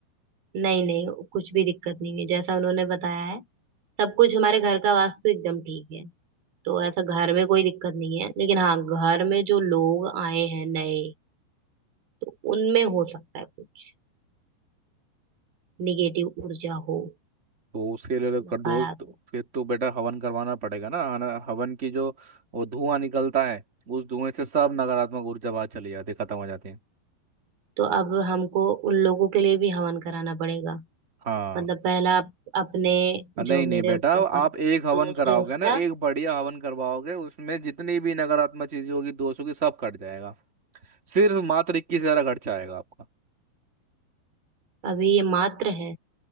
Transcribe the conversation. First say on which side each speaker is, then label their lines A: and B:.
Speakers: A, on the right; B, on the right.
A: नहीं नहीं कुछ भी दिक्कत नहीं है जैसा उन्होंने बताया है सब कुछ हमारे घर का वास्तु एकदम ठीक है तो ऐसा घर में कोई दिक्कत नहीं है लेकिन हाँ घर में जो लोग आए हैं नए तो उनमें हो सकता है कुछ निगेटिव ऊर्जा हो
B: तो उसके लिए
A: नकारात्मक
B: कर दो तो फिर तो बेटा हवन करवाना पड़ेगा ना हना- हवन की जो वो धुआं निकलता है उस धुएं से सब नकारात्मक ऊर्जा बाहर चली जाती है खत्म हो जाती है
A: तो अब हमको उन लोगों के लिए भी हवन कराना पड़ेगा
B: हाँ
A: मतलब पहला अप- अपने
B: अ, नहीं
A: जो
B: नहीं
A: मेरे
B: बेटा
A: ऊपर
B: आप
A: दोस्त
B: एक हवन कराओगे
A: है उसका
B: ना एक बढ़िया हवन करवाओगे उसमें जितनी भी नकारात्मक चीजें होगी दोष होगी सब कट जाएगा सिर्फ मात्र इक्कीस हजार खर्चा आएगा आपका
A: अभी ये मात्र है